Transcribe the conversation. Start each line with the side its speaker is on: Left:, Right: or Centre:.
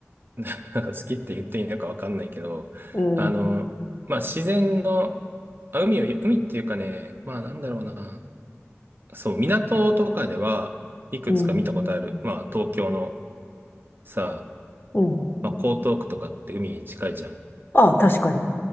Right: <laughs> 好きって言っていいのかわかんないけど、
Left: うん。
Right: あの、まあ自然の、あ、海を、海っていうかね、まあなんだろうな。そう、港とかでは、いくつか見たことある。
Left: うん。
Right: まあ、東京のさ、
Left: うん。
Right: まあ、江東区とかって海に近いじゃん。
Left: ああ、確かに。